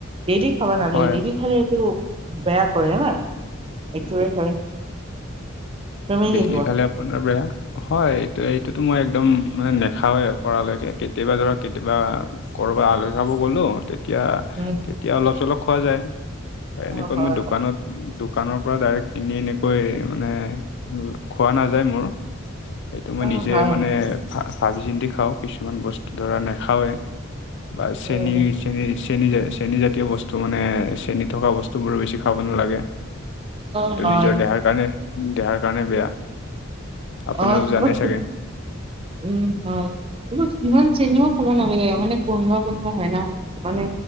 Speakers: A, on the right; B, on the left.
A: ডেইলি খাব নালাগে,
B: হয়
A: ডেইলি খালে এইটো বেয়া কৰে না, এইটোৱে হয়। তুমি
B: ডেইলী
A: কি কোৱা?
B: খালি আপোনাৰ বেয়া। হয়, এইটো এইটোতো মই একদম মানে নেখাওৱে পৰালৈকে কেতিয়াবা ধৰা কেতিয়াবা। ক'ৰবাত আলহী খাব গলোঁ। তেতিয়া,
A: উম
B: তেতিয়া অলপ চলপ খোৱা যায় বা এনেকৈ
A: অ হয়
B: মই দোকানত দোকানৰ পৰা ডাইৰেক্ট কিনি এনেকৈ মানে খোৱা নাযায় মোৰ। সেইটো মই
A: অ
B: নিজে
A: হয়
B: মানে ভা ভাবি চিন্তি খাওঁ। কিছুমান বস্তু ধৰা নাখাওঁৱেই বা চেন
A: উম
B: চেনি চেনি চেনী জাতীয় বস্তু মানে চেনী থকা বস্তু বোৰো বেছি খাব নালাগে।
A: অ
B: এইটো
A: হয়
B: নিজৰ দেহাৰ কাৰণে দেহাৰ কাৰণে বেয়া। আপুনিওতো
A: অ'
B: জানেই
A: অকে
B: চাগে
A: উম, হয়। ইমান চেনেও খাব নালাগে মানে কোনবা কোনবা হয় না মানে